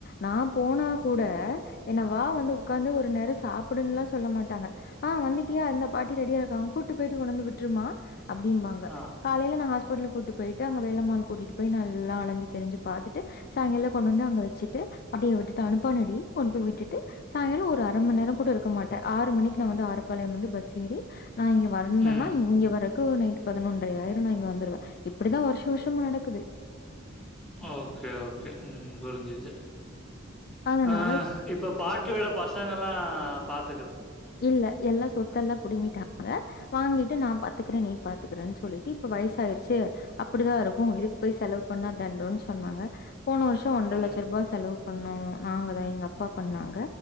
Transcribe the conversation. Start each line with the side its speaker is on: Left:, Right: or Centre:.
Left: நா போனா கூட என்ன வா வந்து ஒக்காந்து ஒரு நேர சாப்டுன்லா சொல்ல மாட்டாங்க ஆ வந்துட்டி யா இந்தா பாட்டி ரெடியா இருக்காங்க கூட்டு போயிட்டு கொண்டு வந்து விட்டுருமா அப்டிம்பாங்க
Centre: ஆ.
Left: காலையில நா ஹாஸ்பிட்டலு கூட்டு போயிட்டு அங்க வேலம்மாள் கூட்டிட்டு போய் நல்லா அலஞ்சு திரிஞ்சு பாத்துட்டு சாயங்கால கொண்டு வந்து அங்க வச்சுட்டு பாட்டிய விட்டுட்டு அனுப்பானடி கொண்டு போய் விட்டுட்டு சாயங்கால ஒரு அர மணி நேரம் கூட இருக்க மாட்டே ஆறு மணிக்கு நா வந்து ஆரப் பாளையம் வந்து பஸ் ஏறி நா இங்க வந்தனா
Centre: ம்.
Left: இங்க வரக்கு ஒரு நைட் ப பதினொன்றையாயிரு நா இங்க வந்துருவ இப்டிதா வருஷ வருஷமு நடக்குது
Centre: ஓகே ஓகே ம் குருஞ்சிசி
Left: அதனால
Centre: ஆ இப்ப பாட்டியோட பசங்க எல்லா பாத்
Left: இல்ல எல்லா சொத்தெல்லா புடிங்கிட்டாங்க வாங்கிட்டு நா பாத்துகுற நீ பாத்துக்கிறேன் சொல்லிட்டு இப்ப வயசாயிடுச்சு அப்படிதா இருக்கு இதுக்கு போய் செலவு பண்ணா தண்டொன் சொன்னாங்க போன வருஷம் ஒன்ற
Centre: ம்,
Left: லட்ச ரூபா செலவு பண்ணோ நாங்கதா எங்க அப்பா பண்ணாங்க